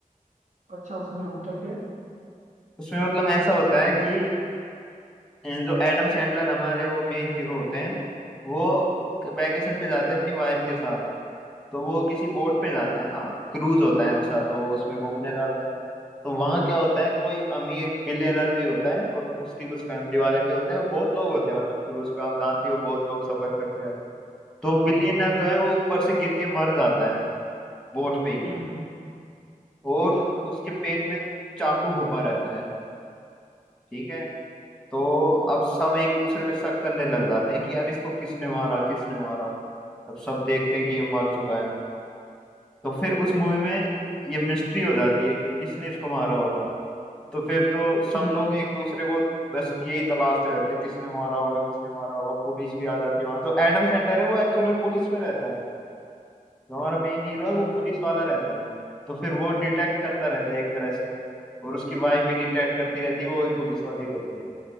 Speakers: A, on the right (about 60°); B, in the centre.
A: अच्छा उसमें होता क्या है
B: उसमें मतलब ऐसा होता है कि अ, जो एडम सैंडलर हमारे वो मेन हीरो होते हैं वो वेकेशन पे जाते हैं अपनी वाइफ के साथ तो वो किसी बोट पे जाते हैं ना क्रूज होता है अच्छा तो वो उसमें घूमने जाते हैं तो वहाँ क्या होता है कोई अमीर बिलियनर भी होता है और उसकी कुछ फैमिली वाले भी होते हैं और बहुत लोग होते हैं मतलब क्रूज पे आप जानती हो बहुत लोग सफर करते रहते हैं तो
A: हाँ
B: बिलियनर
A: हाँ हाँ
B: जो है वो ऊपर से गिर के मर जाता है बोट पे ही
A: हम्म हम्म
B: और
A: अच्छा
B: उसके पेट में चाकू घुपा रहता है ठीक है तो
A: हम्म
B: अब सब एक दूसरे पे शक करने लग जाते हैं कि यार इसको किसने मारा किसने मारा अब सब देखते हैं कि ये मर चुका है तो फिर उस मूवी में ये मिस्ट्री हो जाती है कि किसने इसको मारा होगा तो फिर तो सब
A: हम्म,
B: लोग एक दूसरे को बस यही तलाशते रहते हैं किसने मारा होगा किसने मारा होगा पुलिस भी आ जाती है वहां तो एडम सैंडलर है वो एक्चुअल में पुलिस में रहता है जो हमारा मेन हीरो
A: अच्छा
B: है वो पुलिस वाला रहता है तो फिर वो डिटेक्ट करता रहता है एक तरह से और उसकी वाइफ भी डिटेक्ट करती रहती है वो भी पुलिस वाली रहती है